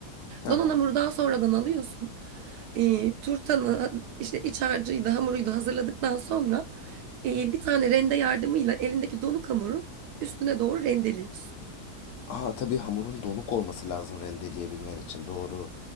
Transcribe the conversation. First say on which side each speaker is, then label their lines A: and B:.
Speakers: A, on the left; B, on the right.
A: Ha
B: Donan
A: ha.
B: hamuru daha sonradan alıyorsun. E, turtanı işte iç harcıyı da hamuruyu da hazırladıktan sonra e, bir tane rende yardımıyla elindeki donuk hamuru üstüne doğru rendeliyorsun.
A: Aa tabii hamurun donuk olması lazım rendeleyebilmen için. Doğru.